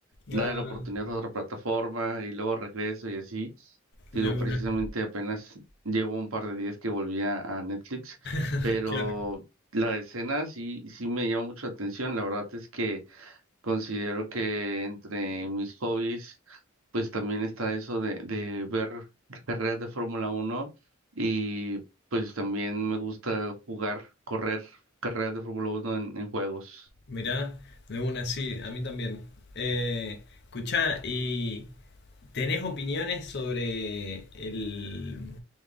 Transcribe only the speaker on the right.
darle
la oportunidad a otra plataforma y luego regreso y así. Digo,
precisamente
apenas llevo un par de días que volví a, a Netflix,
pero
la escena sí, sí me llama mucho la atención. La verdad es que Considero que entre mis hobbies, pues también está eso de, de ver carreras de Fórmula Uno y pues también me gusta jugar, correr carreras de Fórmula Uno en, en juegos.